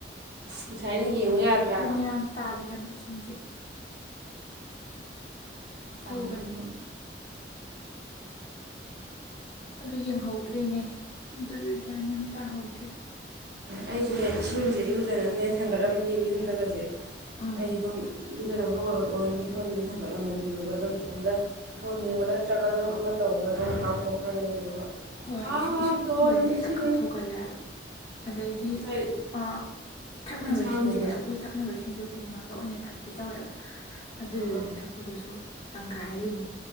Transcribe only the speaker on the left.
ꯐꯅꯌꯥꯝ ꯇꯥ ꯂꯩꯔꯝꯃꯤꯁꯦ꯫ ꯍꯖꯤꯛ꯫ ꯁꯧꯕꯩ꯫
ꯑꯗꯨ ꯌꯦꯡꯍꯧꯗ꯭ꯔꯦꯅꯦ ꯑꯗꯨꯗ ꯒ꯭ꯌꯥꯟꯃꯦꯟ꯫ ꯇꯥꯍꯧꯗꯔ꯭ꯦ꯫
ꯎꯝ
ꯍꯣꯏ
ꯏꯁꯤꯡ ꯏꯁꯤꯡ
ꯂꯨꯝꯕꯖꯤꯗꯤ
ꯍꯦꯛꯇ ꯀꯥꯎꯊꯣꯛꯀꯜꯂꯦ ꯍꯥꯏꯕ꯫ ꯑꯗꯩꯗꯤ
ꯑꯥ ꯊꯛꯅꯕ
ꯏꯁꯤꯡꯁꯦ ꯑꯩꯈꯣꯏ ꯊꯛꯅꯕ ꯢꯁꯤꯡ ꯖꯨ ꯂꯨꯝꯃꯒ ꯑꯣꯏꯅ ꯊꯛꯄꯤ ꯇꯧꯋꯦꯕ꯫ ꯑꯗꯨꯗꯨꯅ
ꯊꯛꯄꯗꯨꯁꯨ ꯇꯪꯈꯥꯏꯑꯃꯨꯛ